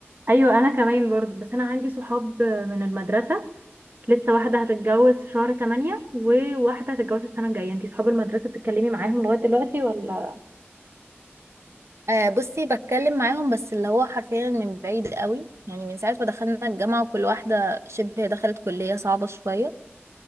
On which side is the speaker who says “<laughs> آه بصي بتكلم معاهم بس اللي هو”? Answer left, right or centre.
Right